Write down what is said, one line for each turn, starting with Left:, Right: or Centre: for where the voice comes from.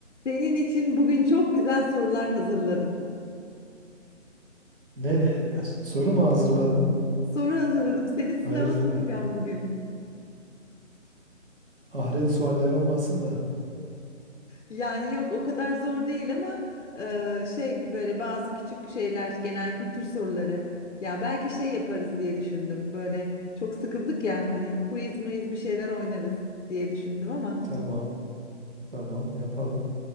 Left: Senin için bugün çok güzel sorular hazırladım.
Right: Ne soru mu hazırladın?
Left: Soru hazırladım. Seni sınava
Right: Hayırdır?
Left: sokacağım bugün.
Right: Ahiret sualleri olmasın da.
Left: Yani yok o kadar zor değil ama e, şey böyle bazı küçük şeyler, genel kültür soruları. Ya belki şey yaparız diye düşündüm. Böyle çok sıkıldık ya hani quiz muiz bir şeyler oynarız diye düşündüm ama
Right: Tamam, tamam yapalım.